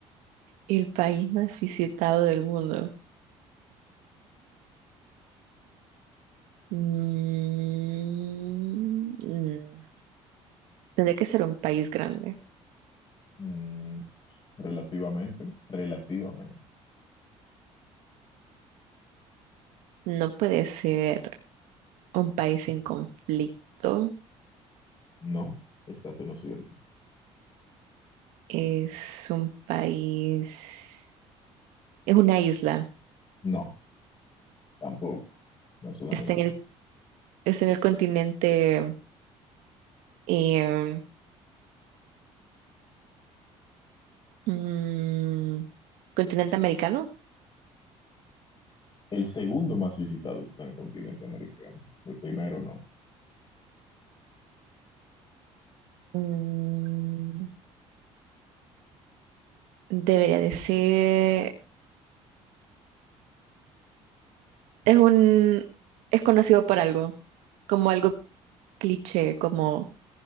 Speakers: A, on the right; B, on the left.
A: El país más visitado del mundo. Mm, mm. Tendría que ser un país grande.
B: Mm, relativamente, relativamente.
A: No puede ser un país en conflicto.
B: No, estás en lo cierto.
A: Es un país, es una isla.
B: No, tampoco, no es una
A: Está
B: isla.
A: en el, está en el continente, eh, mm, continente americano.
B: El segundo más visitado está en el continente americano, el primero no.
A: Mm, debería de ser, es un, es conocido por algo, como algo cliché, como